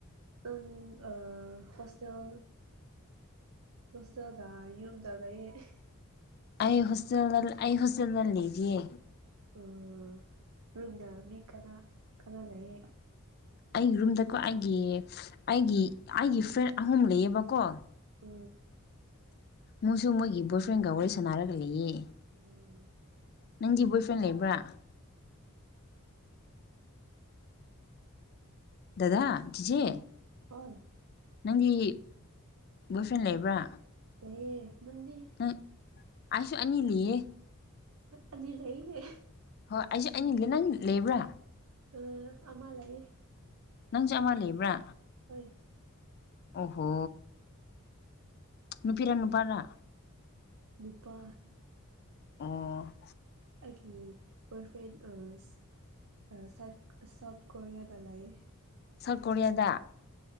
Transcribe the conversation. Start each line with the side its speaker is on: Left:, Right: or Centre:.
Right: ꯑ‌ꯪ ꯑ ꯍꯣꯁꯇꯦꯜ ꯍ‌ꯣꯁꯇ‌ꯦꯜꯗ ꯌꯨꯗ ꯂꯩꯌꯦ
Left: ꯑꯩ ꯍꯣꯁꯇꯦꯜꯗ ꯑꯩ ꯍꯣꯁꯇꯦꯜꯗ ꯂꯩꯌꯦ
Right: ꯑꯣ ꯔꯨꯝꯗ ꯃꯤ ꯀꯅꯥ ꯀꯅꯥ ꯂꯩꯌꯦ
Left: ꯑꯩꯒꯤ ꯔꯨꯝꯗꯀꯣ ꯑꯩꯒꯤ ꯑꯩꯒꯤ ꯑꯩꯒꯤ ꯐ꯭ꯔꯦꯟ ꯑꯍꯨꯝ ꯂꯩꯑꯕꯀꯣ
Right: ꯎ
Left: ꯃꯣꯏꯁꯨ ꯃꯣꯏꯒꯤ ꯕꯣꯏꯐ꯭ꯔꯦꯟꯒ ꯋꯥꯔꯤ ꯁꯥꯟꯅꯔꯒ ꯂꯩꯌꯦ
Right: ꯎꯝ
Left: ꯅꯪꯒꯤ ꯕꯣꯏꯐ꯭ꯔꯦꯟ ꯂꯩꯕ꯭ꯔꯥ ꯗꯗꯥ ꯆꯤꯖꯦ
Right: ꯍꯣꯏ
Left: ꯅꯪꯒꯤ ꯕꯣꯏ ꯐ꯭ꯔꯦꯟ ꯂꯩꯕ꯭ꯔꯥ
Right: ꯂꯩꯌꯦ ꯅꯪꯗꯤ
Left: ꯎꯝ ꯑꯥꯏꯁꯨ ꯑꯅꯤꯂꯤꯌꯦ
Right: ꯑꯅꯤ ꯂꯩꯔꯦ
Left: ꯍꯣꯏ ꯑꯩꯁꯦ ꯑꯅꯤ ꯂꯩ ꯅ‌ꯪ ꯂꯩꯕ꯭ꯔꯥ
Right: ꯎ ꯑꯃ‌ ꯂꯩ
Left: ꯅꯪꯖ‌‌ꯦ ꯑꯃ ꯂꯩꯕ꯭ꯔꯥ
Right: ꯍꯣꯏ
Left: ꯑꯣꯍꯣ ꯅꯨꯨꯄꯤꯔ ꯅꯨꯄꯥꯔꯥ
Right: ꯅꯨꯨꯄꯥ
Left: ꯑꯣ
Right: ꯑꯩꯒꯤ ꯕꯣꯏ ꯐ꯭ꯔꯦꯟ ꯑꯁ ꯑꯥ ꯁꯦꯠ ꯁꯥꯎꯠ ꯀꯣꯔꯤꯌꯥꯗ ꯂꯩ
Left: ꯁꯥꯎꯠ ‌ꯀ‌ꯣꯔꯤꯌꯥꯗ